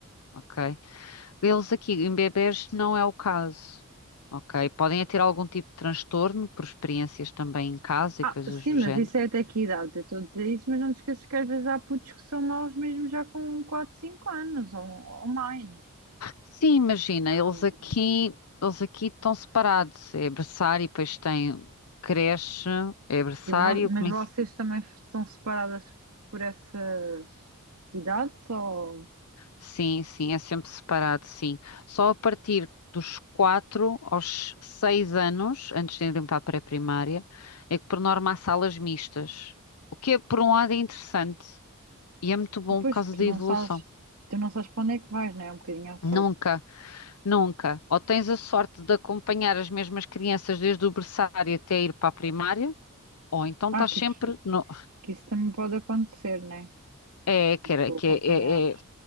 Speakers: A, on the left; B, on the right.
A: ok? Eles aqui em bebés não é o caso. Ok, podem é ter algum tipo de transtorno por experiências também em casa e
B: Ah,
A: coisas
B: sim,
A: do
B: mas
A: género
B: isso é até que idade? Eu estou a dizer isso, mas não te esqueças que às vezes há putos que são maus mesmo já com quatro cinco anos ou, ou mais.
A: Sim, imagina, eles
B: Hum.
A: aqui, eles aqui estão separados. É berçário, depois tem creche, é berçário,
B: E vo-
A: como
B: mas vocês
A: é que-
B: também f- são separadas por essas idades ou...
A: Sim, sim, é sempre separado, sim. Só a partir dos quatro aos seis anos, antes de irem para a pré-primária, é que por norma há salas mistas. O que é, por um lado é interessante e é muito bom
B: Pois,
A: por causa
B: tu
A: da
B: não
A: evolução.
B: sabes, tu não sabes para onde é que vais, não é? É um bocadinho à sorte.
A: Nunca, nunca. Ou tens a sorte de acompanhar as mesmas crianças desde o berçário até ir para a primária Ou então
B: Ah,
A: estás
B: que
A: sempre
B: isso,
A: no.
B: que isso também pode acontecer, não é?
A: É, que era,
B: Tu
A: que
B: acompanhados.
A: é, é- é-